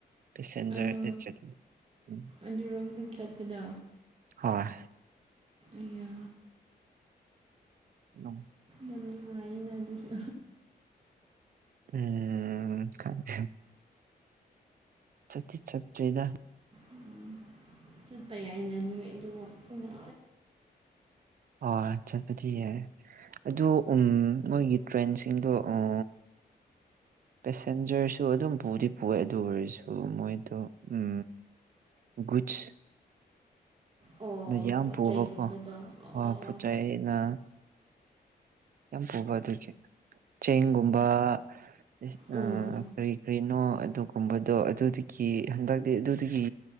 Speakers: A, on the right; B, on the right.
A: ꯄꯦꯁꯦꯟꯖꯔꯗ
B: ꯑꯔꯣ
A: ꯆꯠꯂꯤ ꯎꯝ.
B: ꯑꯗꯨꯔꯣꯝ ꯗꯨꯝ ꯆꯠꯄꯗ
A: ꯑꯣꯏ
B: ꯏꯌ
A: ꯅꯧ
B: ꯌꯥꯝ ꯅꯨꯉꯥꯏꯅ ꯑꯗꯨꯁꯨ
A: ꯎꯝ ꯈꯠ ꯆꯠꯇꯤ ꯆꯠꯇ꯭ꯔꯦꯗ
B: ꯎꯝ ꯆꯠꯄ ꯌꯥꯏꯅ ꯅꯣꯏ ꯑꯗꯨꯒ ꯄꯨꯡ ꯑ
A: ꯑꯣ ꯆꯠꯄꯗꯤ ꯌꯥꯏ ꯑꯗꯨ ꯎꯝ ꯃꯣꯏꯒꯤ ꯇ꯭ꯔꯦꯟꯁꯤꯡꯗꯣ ꯑꯣ ꯄꯦꯁꯦꯟꯖꯔꯁꯨ ꯑꯗꯨꯝ ꯄꯨꯗꯤ ꯄꯨꯌꯦ ꯑꯗꯨ ꯑꯣꯏꯔꯁꯨ ꯃꯣꯏꯗꯣ ꯎꯝ ꯨꯒꯨꯠꯁ
B: ꯑꯣ
A: ꯅ ꯌꯥꯝ
B: ꯄꯣꯠ
A: ꯄꯣꯕꯀꯣ
B: ꯆꯩꯒꯨꯝꯕꯗꯣ ꯑꯣ
A: ꯋꯥ ꯄꯨꯠꯆꯩꯅ ꯌꯥꯝ ꯄꯨꯕ ꯑꯗꯨꯒꯤ ꯆꯦꯡꯒꯨꯝꯕ ꯏꯁ
B: ꯎꯝ
A: ꯑ ꯀꯔꯤ ꯀꯔꯤꯅꯣ ꯑꯗꯨꯒꯨꯝꯕꯗꯣ ꯑꯗꯨꯗꯀꯤ ꯍꯟꯗꯛꯗꯤ ꯑꯗꯨꯗꯒꯤ